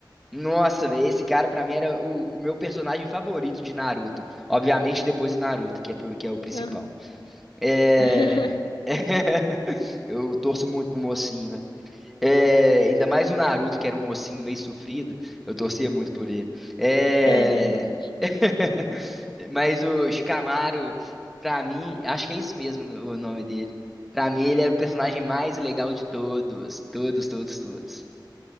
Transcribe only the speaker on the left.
aham.
<laughs>
É verdade.